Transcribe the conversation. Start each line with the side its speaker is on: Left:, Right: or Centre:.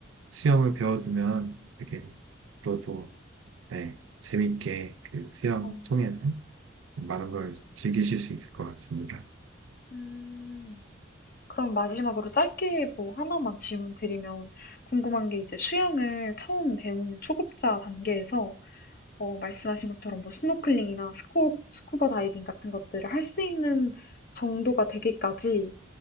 Right: 수영을 배워두면 되게 앞으로도 네, 재밌게 그 수영
Left: 어.
Right: 통해서 많은 걸 즐기실 수 있을 것 같습니다.
Left: 음. 그럼 마지막으로 짧게 뭐 하나만 질문 드리면 궁금한 게 이제 수영을 처음 배우는 초급자 단계에서 어 말씀하신 것처럼 뭐 스노클링이나 스쿠 스쿠버 다이빙 같은 것들을 할 수 있는 정도가 되기까지